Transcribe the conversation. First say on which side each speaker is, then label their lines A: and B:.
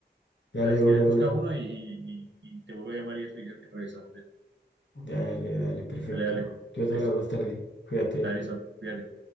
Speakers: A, on the left; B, on the right.
A: Dale
B: Dale,
A: de
B: si quieres,
A: una de
B: busca
A: una.
B: uno y, y, y- y te vuelvo a llamar y eso y, y revisamos bien.
A: Dale, dale, perfecto.
B: Dale, dale.
A: Entonces
B: Listo.
A: hablamos más tarde. Cuídate.
B: Dale, listo. Fíjate.